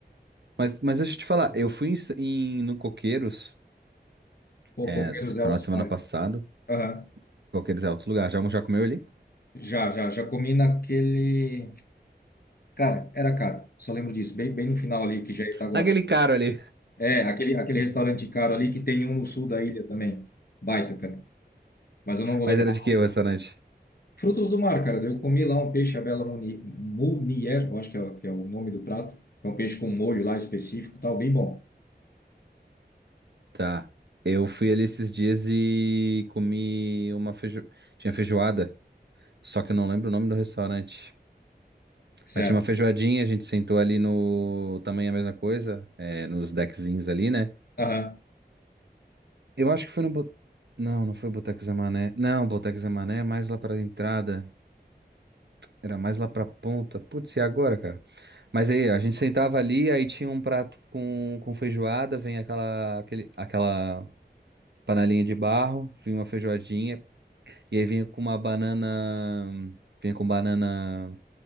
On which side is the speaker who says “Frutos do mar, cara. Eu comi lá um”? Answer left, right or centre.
Left